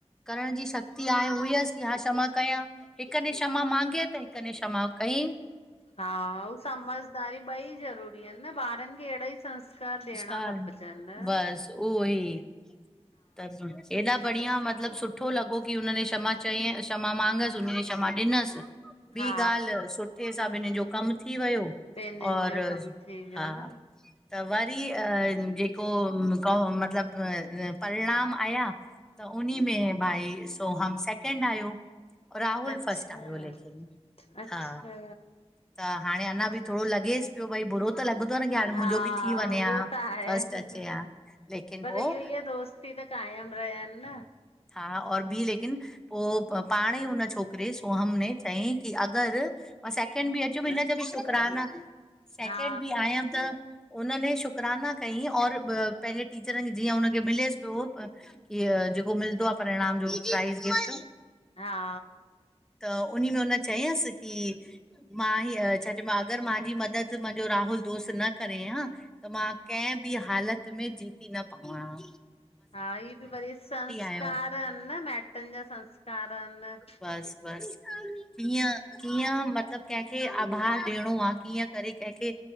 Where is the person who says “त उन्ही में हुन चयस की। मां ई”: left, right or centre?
Centre